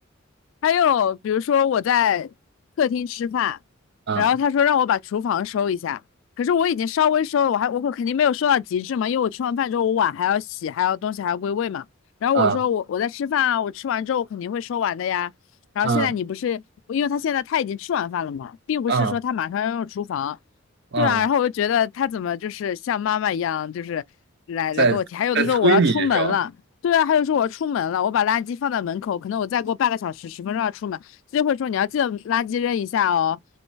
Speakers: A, on the left; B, on the right.
A: 还有比如说我在客厅吃饭，
B: 嗯
A: 然后他说让我把厨房收一下，可是我已经稍微收了，我还我肯定没有收到极致嘛，因为我吃完饭之后我碗还要洗，还要东西还要归位嘛。然后我说我我在吃饭啊，
B: 嗯
A: 我吃完之后我肯定会收完的呀。然后现在你不是，
B: 嗯
A: 因为他现在他已经吃完饭了嘛，并不是说他马上要用厨房，
B: 嗯嗯，
A: 对啊。然后我就觉得他怎么就是像妈妈一样，就是来来给我提，
B: 在在催你是吧？
A: 还有的时候我要出门了。对啊，还有说我要出门了，我把垃圾放在门口，可能我再过半个小时、十分钟要出门，他就会说你要记得垃圾扔一下哦。